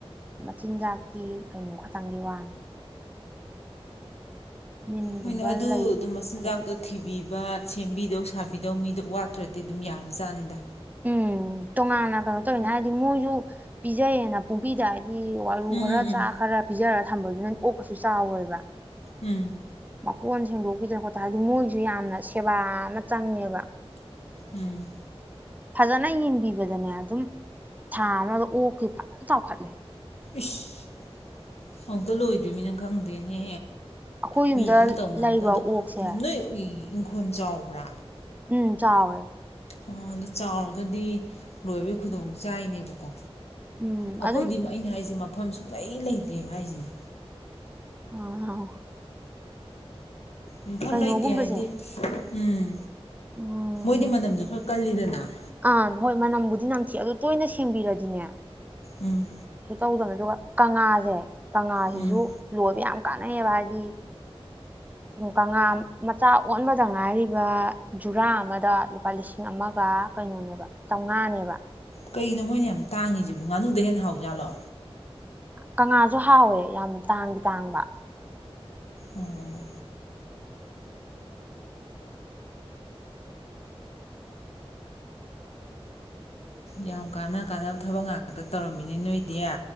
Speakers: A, on the right; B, on the left.
A: ꯃꯆꯤꯟꯖꯥꯛꯀꯤ ꯀꯩꯅꯣ ꯈꯇꯪꯒꯤ ꯋꯥꯅꯤ ꯃꯤꯟꯒꯨꯝꯕ
B: ꯍꯣꯏꯅꯦ ꯑꯗꯨ
A: ꯂꯩꯇ꯭ꯔꯗꯤ
B: ꯑꯗꯨꯝ ꯃꯆꯤꯟꯖꯥꯛꯇꯣ ꯊꯤꯕꯤꯕ ꯁꯦꯝꯕꯤꯗꯧ ꯁꯥꯕꯤꯗꯧ ꯃꯤꯗꯣ ꯋꯥꯠꯇ꯭ꯔꯗꯤ ꯑꯗꯨꯝ ꯌꯥꯕ ꯖꯥꯠꯅꯤꯗ
A: ꯎꯝ ꯇꯣꯉꯥꯟꯅ ꯀꯩꯅꯣ ꯇꯧꯏꯅꯦ ꯍꯥꯏꯗꯤ ꯃꯣꯏꯁꯨ ꯄꯤꯖꯩꯌꯦꯅ ꯄꯨꯡꯄꯤ ꯗ ꯗꯤ ꯋꯥꯔꯨ
B: ꯎꯝ
A: ꯈꯔ
B: ꯎꯝ
A: ꯆꯥ ꯈꯔ ꯄꯤꯖꯔ ꯊꯝꯕꯗꯨꯅ ꯑꯣꯛꯀꯁꯨ ꯆꯥꯎꯔꫭꯏꯕ
B: ꯎꯝ
A: ꯀꯣꯟ ꯁꯦꯡꯗꯣꯛꯄꯤꯗꯅ ꯈꯣꯠꯇꯅ ꯍꯥꯏꯗꯤ ꯃꯣꯏꯁꯨ ꯌꯥꯝꯅ ꯁꯦꯕꯥ ꯑꯃ ꯆꯪꯉꯦꯕ
B: ꯎꯝ
A: ꯐꯖꯅ ꯌꯦꯡꯕꯤꯕꯗꯅꯦ ꯑꯗꯨꯝ ꯊꯥ ꯑꯃꯗ ꯑꯣꯛꯇꯤ ꯐꯖꯅ ꯆꯥꯎꯈꯠꯂꯦ
B: ꯏꯁ ꯑꯃꯨꯛꯇ ꯂꯣꯏꯗ‌꯭ꯔꯤꯃꯤꯅ ꯈꯪꯗꯦꯅꯦ
A: ꯑꯩꯈꯣꯏ ꯌꯨꯝꯗ
B: ꯃꯤ ꯁꯨꯝ ꯇꯧꯅꯕꯗ
A: ꯂꯩꯕ
B: ꯑꯗꯣ
A: ꯑꯣꯛꯁꯦ
B: ꯅꯣꯏ ꯍꫭꯟ ꯆꯥꯎꯕ꯭ꯔꯥ
A: ꯎꯝ ꯆꯥꯎꯋꯦ
B: ꯑꯣ ꯑꯗꯨ ꯆꯥꯎꯔꯒꯗꯤ ꯂꯣꯏꯕꯩ ꯈꯨꯗꯣꯡ ꯆꯥꯏꯅꯦꯕꯀꯣ
A: ꯎꯝ
B: ꯑꯩꯈꯣꯏꯗꯤ
A: ꯑꯗꯨꯝ
B: ꯑꯩꯅ ꯍꯥꯏꯁ ꯃꯐꯝ ꯁꯨꯡꯂꯩ ꯂꯩꯇꯦ ꯍꯥꯏꯁꯤꯅꯤ
A: ꯑ
B: ꯃꯐꯝ
A: ꯀꯩꯅꯣꯒꯨꯝꯕꯁꯦ
B: ꯂꯩꯇꯦ ꯍꯥꯏꯕꯗꯤ ꯎꯝ
A: ꯎꯝ
B: ꯁꯤꯒꯤ ꯃꯝꯁꯨ ꯈꯔ ꯀꯜꯂꯤꯗꯅ
A: ꯑꯥ ꯍꯣꯏ ꯃꯅꯝꯕꯨꯗꯤ ꯅꯝꯊꯤ ꯑꯗꯣ ꯇꯣꯏꯅ ꯁꯦꯝꯕꯤꯔꯗꯤꯅꯦ
B: ꯎꯝ
A: ꯇꯧꯗꯕꯅꯦ ꯑꯗꯨꯒ ꯀꯪꯂꯉꯥꯁꯦ ꯀꯪꯂꯥꯁꯤꯁꯨ
B: ꯎꯝ
A: ꯂꯣꯏꯕ ꯌꯥꯝ ꯀꯥꯟꯅꯩꯑꯕ ꯍꯥꯏꯗꯤ ꯀꯪꯂꯥ ꯃꯆꯥ ꯑꯣꯟꯕꯗ ꯉꯥꯏꯔꯤꯕ ꯖꯨꯔꯥ ꯑꯃꯗ ꯂꯨꯄꯥ ꯂꯤꯁꯤꯡ ꯑꯃꯒ ꯀꯩꯅꯣꯅꯦꯕ ꯆꯥꯝꯃꯉꯥꯅꯦꯕ
B: ꯀꯅꯣ ꯃꯣꯏꯅ ꯌꯥꯝ ꯇꯥꯡꯉꯤꯁꯤꯕꯨ ꯉꯥꯅꯨꯗ ꯍꯦꯟꯅ ꯍꯥꯎꯖꯥꯠꯂꯣ
A: ꯀꯪꯂꯥꯁꯨ ꯍꯥꯎꯋꯦ ꯌꯥꯝ ꯇꯥꯡꯗꯤ ꯇꯥꯡꯕ
B: ꯑꯣ ꯌꯥꯝ ꯀꯥꯟꯅ ꯀꯥꯟꯅꯕ ꯊꯕꯛ ꯉꯥꯛꯇ ꯇꯧꯔꯝꯃꯤꯅꯤ ꯅꯣꯏꯗꯤ